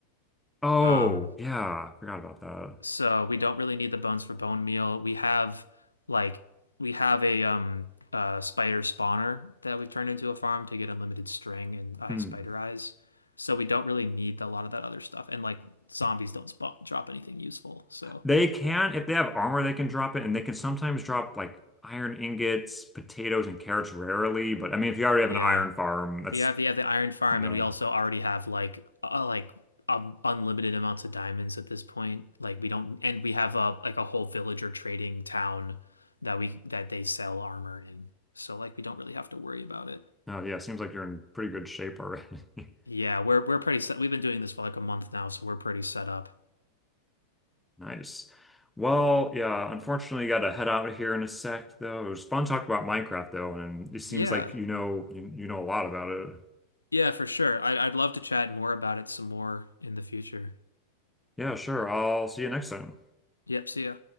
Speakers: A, in the centre; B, on the left.
A: Oh,
B: Um,
A: yeah. Forgot about that.
B: so we don't really need the bones for bone meal. We have like we have a um uh spider spawner that we've turned into a farm to get unlimited string and eye
A: Hmm.
B: spider eyes. So we don't really need a lot of that other stuff. And like zombies don't spawn, drop anything useful. So
A: They can, if they have armor, they can drop it and they can sometimes drop like iron ingots, potatoes, and carrots rarely. But I mean, if you already have
B: yeah.
A: an iron farm, that's,
B: We have the, yeah, the iron farm,
A: you know,
B: and we also already have like uh, uh, like um, unlimited amounts of diamonds at this point. Like we don't, and we have a like a whole villager trading town that we that they sell armor in. So like we don't really have to worry about it.
A: oh yeah, seems like you're in pretty good shape already. <laughs>
B: Yeah, we're we're pretty set. We've been doing this for like a month now, so we're pretty set up.
A: Nice. Well, yeah, unfortunately, gotta head out of here in a sec, though. It was fun talking about Minecraft, though, and it seems
B: Yeah,
A: like you know you, you know a lot about it.
B: yeah, for sure. I, I'd love to chat more about it some more in the future.
A: Yeah, sure. I'll see you next time.
B: Yep, see ya.